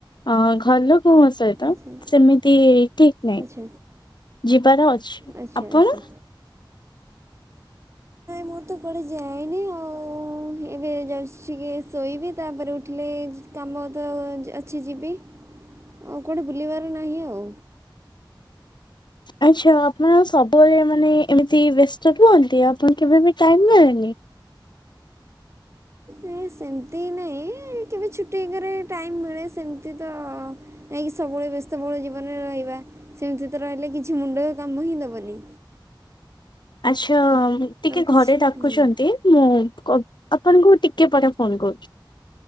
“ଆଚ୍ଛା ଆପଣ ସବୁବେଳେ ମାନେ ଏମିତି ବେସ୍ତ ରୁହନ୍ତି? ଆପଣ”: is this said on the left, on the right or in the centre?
Left